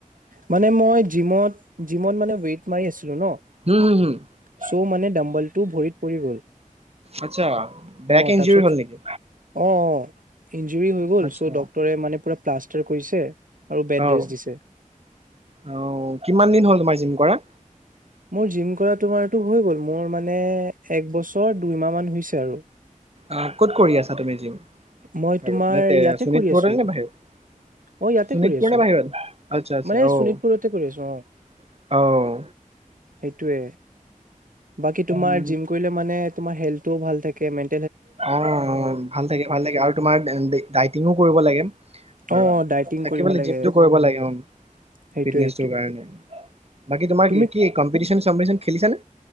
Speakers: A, on the right; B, on the right.
A: মানে মই জিমত, জিমত মানে ৱেইট মাৰি আছিলো ন
B: হুম হুম হুম ।
A: চ' মানে ডম্বলটো ভৰিত পৰি গ'ল।
B: আচ্ছা, বেক
A: অ
B: ইঞ্জুৰি
A: তাৰপিছত
B: হ'ল নেকি?
A: অ অ ইঞ্জুৰি হৈ গ'ল,
B: আচ্ছা
A: চ ডক্টৰে মানে পুৰা প্লাষ্টাৰ কৰিছে। আৰু বেড
B: আহ,
A: ৰেষ্ট দিছে
B: আহ, কিমান দিন হ'ল তোমাৰ জিম কৰা?
A: মোৰ জিম কৰা তোমাৰটো হৈ গল, মোৰ মানে এক বছৰ দুইমাহ মান হৈছে আৰু
B: আহ, ক'ত কৰি আছা তুমি জিম
A: মই তোমাৰ
B: আৰু মানে তে
A: ইয়াতে
B: শোণিতপুৰত
A: কৰি আছো
B: নে বাহিৰত
A: অ ইয়াতে
B: শোণিতপুৰ
A: কৰি আছো
B: নে বাহিৰত? আচ্ছা, আচ্ছা,
A: মানে
B: আহ',
A: শোণিতপুৰতে কৰি আছো
B: আহ।
A: সেইটোৱে। বাকী তোমাৰ
B: উম
A: জিম কৰিলে মানে তোমাৰ হেল্থও ভাল থাকে ম
B: অ, ভাল থাকে, ভাল লাগে আৰু তোমাৰ ডাইটিঙো কৰিব লাগে আৰু
A: অ ডাইটিং
B: থাকি
A: কৰিব লাগে
B: জিমটো কৰিব লাগে অ,
A: সেইটোয়ে
B: ফিটনেচটোৰ
A: সেইটোয়ে
B: কাৰণে বাকী তোমাৰ
A: তুমি
B: কি কম্পিটিচন সম্পিটিচন খেলিছা নে?